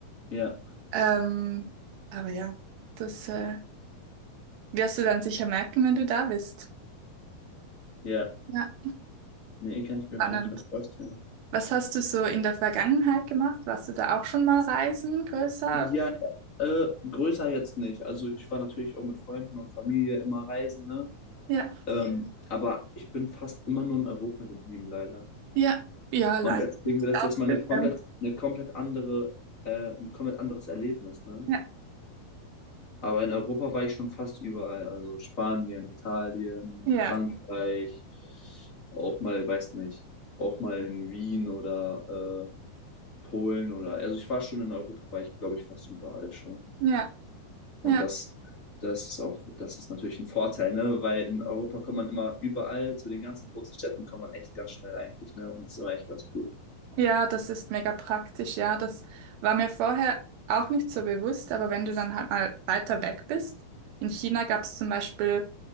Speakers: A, on the left (about 30°); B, on the right (about 85°).
A: Ja,
B: Ähm, aber ja, das äh, wirst du dann sicher merken, wenn du da bist.
A: ja.
B: Ja,
A: Nee, kann ich mir
B: spannend.
A: auf jeden Fall vorstellen.
B: Was hast du so in der Vergangenheit gemacht? Warst du da auch schon mal reisen, größer?
A: ja Äh, größer jetzt nicht. Also ich war natürlich auch mit Freunden und Familie immer reisen, ne?
B: Ja.
A: Ja. Ähm, aber ich bin fast immer nur in Europa geblieben, leider.
B: Ja, ja, leider.
A: Und deswegen
B: nicht
A: wird das
B: abgenommen.
A: jetzt mal eine komplett, eine komplett andere, äh, ein komplett anderes Erlebnis, ne?
B: Ja,
A: Aber in Europa war ich schon fast überall. Also Spanien, Italien,
B: ja,
A: Frankreich, auch mal, weiß nicht, auch mal in Wien oder äh, Polen oder, also ich war schon in Europa, war ich, glaube ich, fast überall schon.
B: ja,
A: Und
B: ja.
A: das, das ist auch, das ist natürlich ein Vorteil, ne? Weil in Europa kommt man immer überall, zu den ganzen großen Städten kommt man echt ganz schnell eigentlich, ne? Und das ist immer echt ganz cool.
B: Ja, das ist mega praktisch, ja. Das war mir vorher auch nicht so bewusst, aber wenn du dann halt mal weiter weg bist, in China gab es zum Beispiel